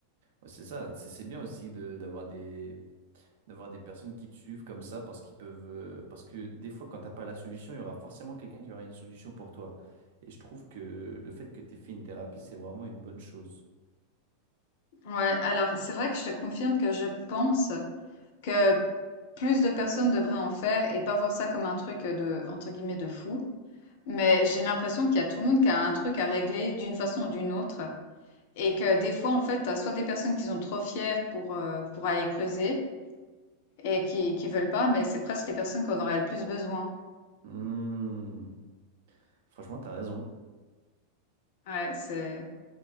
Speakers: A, on the right; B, on the left.
A: Ouais, c'est ça, c'est c'est bien aussi de d'avoir des, d'avoir des personnes qui te suivent comme ça parce qu'ils peuvent euh, parce que des fois quand t'as pas la solution il y aura forcément quelqu'un qui aura une solution pour toi et je trouve que le fait que t'aies fait une thérapie c'est vraiment une bonne chose
B: Ouais, alors c'est vrai que je te confirme que je pense. que plus de personnes devraient en faire et pas voir ça comme un truc euh, de, entre guillemets, de fou. Mais j'ai l'impression qu'il y a tout le monde qui a un truc à régler d'une façon ou d'une autre. Et que des fois, en fait, t'as soit des personnes qui sont trop fières pour, euh, pour aller creuser et qui, qui veulent pas, mais c'est presque les personnes qu'on aurait le plus besoin.
A: Hmm. franchement t'as raison
B: Ouais, c'est...